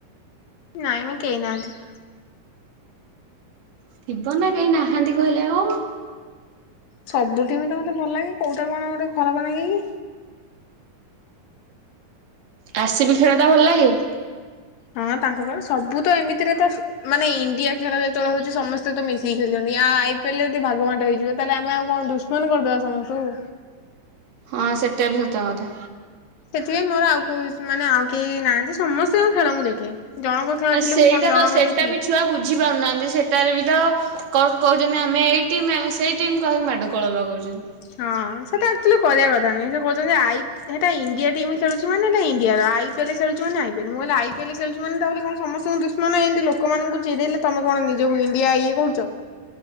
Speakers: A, on the left; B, on the right.
A: ନାଇଁ ମ କେହି ନାହାନ୍ତି।
B: ଥିବ ନା କେହି ନାହାନ୍ତି କହିଲେ ଆଉ ହବ।
A: ସବୁ ଟିମ୍ ତ ମତେ ଭଲ ଲାଗେ କୋଉଟା କଣ ଗୋଟେ ଖରାପ ନାଗେ କି
B: ଆର-ସି-ବି ଖେଳ ଟା ଭଲ ଲାଗେ?
A: ହଁ ତାଙ୍କ ଖେଳ ସବୁ ତ ଏମିତିରେ ତ ମାନେ ଇଣ୍ଡିଆ ଖେଳ ଯେତେବେଳେ ହଉଛି ସମସ୍ତେ ତ ମିଶିକି ଖେଳୁଛନ୍ତି ଆଉ ଆଇ ପି ଏଲ ରେ ଯଦି ଭାଗବାଣ୍ଟ ହେଇଯିବେ ତାହେଲେ ଆମେ ଆଉ କଣ ଦୁସମନ୍ କରିଦବା ସମସ୍ତଙ୍କୁ।
B: ହଁ ସେଟା ବି ସତ କଥା।
A: ସେଥିପାଇଁ ମୋର ଆଉ କଉ ମାନେ ଆଉ କେହି ନାହାନ୍ତି ସମସ୍ତେ ଙ୍କ ଖେଳ ମୁଁ ଦେଖେ। ଜଣଙ୍କ ଖେଳ
B: ଆ
A: ଥିଲେ
B: ସେଇଟା
A: ମୁଁ କଣ ଜଣଙ୍କର
B: ତ ସେଟା
A: ଦେଖିବି।
B: ବି ଛୁଆ ବୁଝି ପାରୁନାହାନ୍ତି ସେଟାରେ ବି ତ କଣ କହୁଛନ୍ତି ଆମେ ଏଇ ଟିମ ଆମେ ସେଇ ଟିମ୍ କହିକି ମାଡ କୋଳ ଲଗୋଉଛନ୍ତି।
A: ହଁ ସେଟା ଆକ୍ଚୁଆଲି କରିବା କଥା ନୁହଁ ସେ କହୁଛନ୍ତି ଆଇ ପି ସେଟା ଇଣ୍ଡିଆ ଟିମ୍ ଖେଳୁଛି ମାନେ ଏଟା ଇଣ୍ଡିଆର ଆଇ ପି ଏଲ ଖେଳୁଛି ମାନେ ଆଇ ପି ଏଲ ମୁଁ କହିଲି ଆଇ ପି ଏଲ ଖେଳୁଛି ମାନେ ତା ବୋଲି କଣ ସମସ୍ତଙ୍କୁ ଦୁଷ୍ମନ ଏମିତି ଲୋକମାନଙ୍କୁ ଚିରେଇଲେ ତମେ କଣ ନିଜକୁ ଇଣ୍ଡିଆ ଇଏ କରୁଛ।